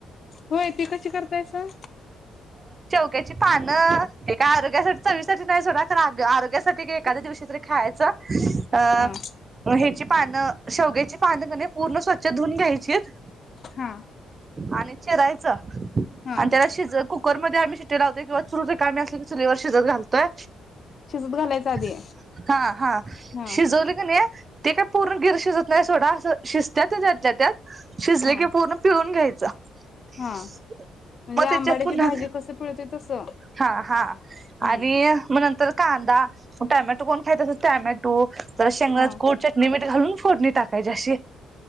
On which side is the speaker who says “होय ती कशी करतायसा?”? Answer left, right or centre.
Left